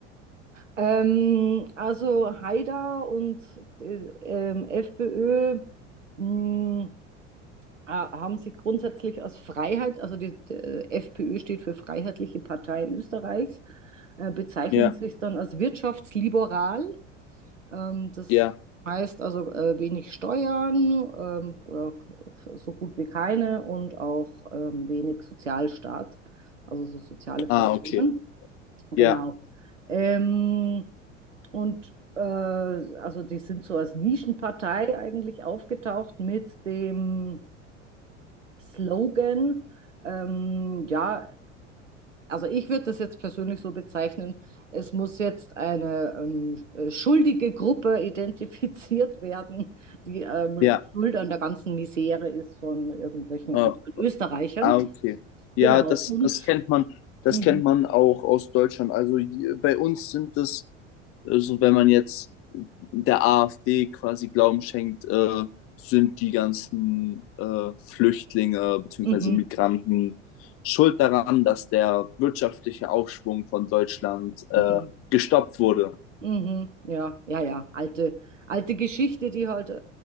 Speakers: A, on the right; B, on the left.
A: Ähm, also Haider und äh, ähm, FPÖ. mm, Ah, Haben Sie grundsätzlich als Freiheit, also die, die FPÖ steht für Freiheitliche Partei Österreichs, äh, bezeichnen
B: Ja,
A: sich dann als wirtschaftsliberal. Ähm, das
B: ja.
A: heißt also äh, wenig Steuern ähm, oder k- so gut wie keine und auch ähm, wenig Sozialstaat, also so soziale Förderungen.
B: Ah, okay.
A: Genau.
B: Ja,
A: Ähm, und äh, also die sind so als Nischenpartei eigentlich aufgetaucht mit dem Slogan, ähm, ja, also ich würde das jetzt persönlich so bezeichnen, es muss jetzt eine ähm, äh, schuldige Gruppe identifiziert werden, die ähm,
B: ja.
A: schuld an der ganzen Misere ist von irgendwelchen
B: Äh,
A: anderen Österreichern.
B: ah, okay. Ja,
A: Genau,
B: das,
A: und
B: das kennt man, das
A: mhm,
B: kennt man auch aus Deutschland. Also j- bei uns sind es also wenn man jetzt der AfD quasi Glauben schenkt, äh, sind die ganzen äh, Flüchtlinge bzw.
A: mhm,
B: Migranten schuld daran, dass der wirtschaftliche Aufschwung von Deutschland äh,
A: mhm.
B: gestoppt wurde.
A: Mhm, ja, ja, ja. Alte, alte Geschichte, die halt äh,